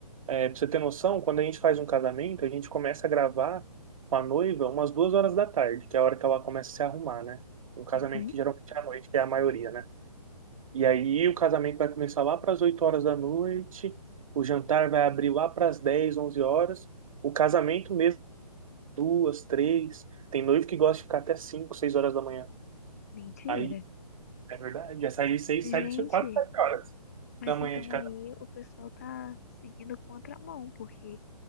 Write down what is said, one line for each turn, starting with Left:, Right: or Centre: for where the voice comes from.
Right: É, pra você ter noção, quando a gente faz um casamento, a gente começa a gravar com a noiva umas duas horas da tarde, que é a hora que ela começa a se arrumar, né? Um casamento
Left: Uhum.
Right: que geralmente é à noite, que é a maioria, né? E aí o casamento vai começar lá para as 8 horas da noite, o jantar vai abrir lá para as 10, 11 horas, o casamento mesmo, duas, três. Tem noivo que gosta de ficar até 5, 6 horas da manhã.
Left: Mentira.
Right: Aí, é verdade, já aí 6,
Left: Gente,
Right: 7, 4, 7 horas
Left: mas
Right: da manhã
Left: então
Right: de casamento.
Left: aí o pessoal tá seguindo contramão, porque